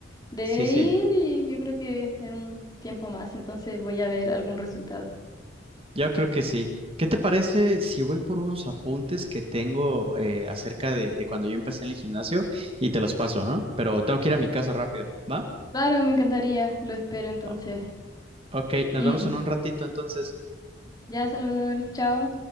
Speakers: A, on the left; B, on the right.
A: de
B: sí, sí.
A: ir y yo creo que en un tiempo más, entonces voy a ver algún resultado.
B: Yo creo que sí. ¿Qué te parece si voy por unos apuntes que tengo eh, acerca de, de cuando yo empecé en el gimnasio y te los paso, ¿no? Pero tengo que ir a mi casa rápido, ¿va?
A: Claro, me encantaría, lo espero entonces.
B: O- ok,
A: <laughs>
B: nos vemos en un ratito entonces.
A: Ya, Salvador, chao.